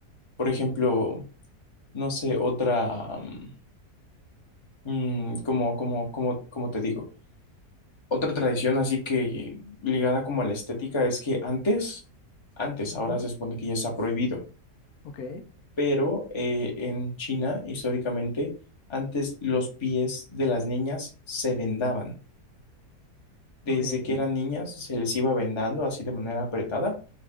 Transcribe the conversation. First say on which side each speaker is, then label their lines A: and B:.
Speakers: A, on the left (about 20°); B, on the left (about 70°).
A: por ejemplo, no sé, otra, mm, mm, como, como, como, como te digo. Otra tradición así que ligada como a la estética es que antes, antes,
B: Ujú,
A: ahora se supone que ya está prohibido,
B: Ok,
A: pero eh, en China históricamente antes los pies de las niñas se vendaban. Desde
B: ok.
A: que eran niñas se les iba vendando así de manera apretada